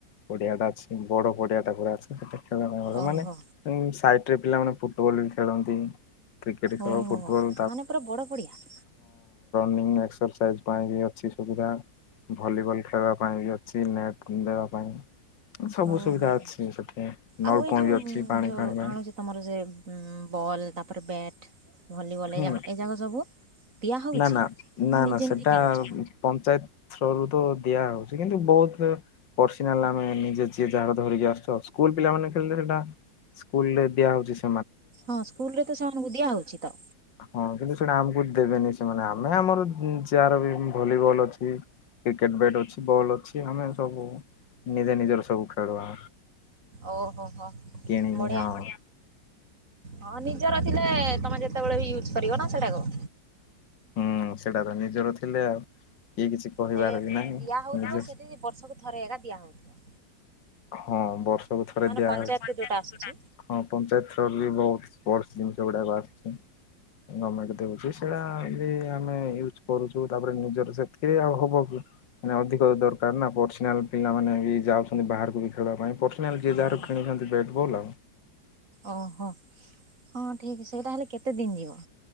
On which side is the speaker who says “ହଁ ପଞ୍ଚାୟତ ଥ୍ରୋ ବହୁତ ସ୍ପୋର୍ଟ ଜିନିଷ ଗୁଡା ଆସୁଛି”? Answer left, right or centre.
Left